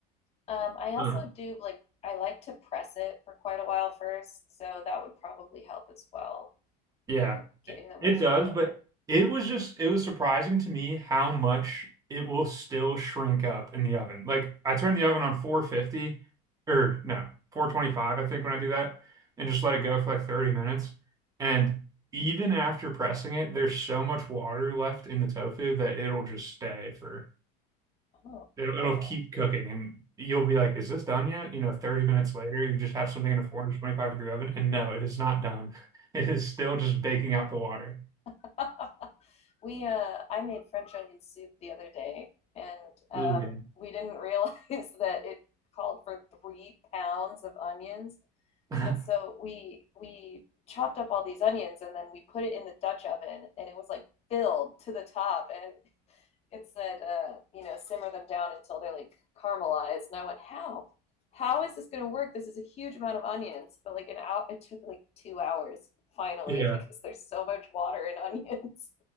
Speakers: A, on the left; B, on the right.
A: Um, I also
B: Mm.
A: do like I like to press it for quite a while first, so that would probably help as well
B: Yeah,
A: in getting the moisture
B: It does,
A: out.
B: but it was just it was surprising to me how much it will still shrink up in the oven. Like I turn the oven on 450 or no, 425 I think when I do that and just let it go for like 30 minutes and even after pressing it there's so much water left in the tofu that it'll just stay for
A: Oh,
B: it'll, it'll
A: okay.
B: keep cooking and you'll be like is this done yet? You know, 30 minutes later you just have something in a 425 degree oven and no, it is not done. <laughs> It is still just baking out the water.
A: <laughs> We uh I made French onion soup the other day and um
B: Ooh,
A: we didn't realize <laughs> that it called for three pounds of onions
B: <laughs>
A: And so we we chopped up all these onions and then we put it in the Dutch oven and it was like filled to the top and it said uh, you know simmer them down until they're like caramelized and I went how how is this going to work this is a huge amount of onions but like an hour it took like two hours finally
B: Yeah,
A: <laughs> because there's so much water in onions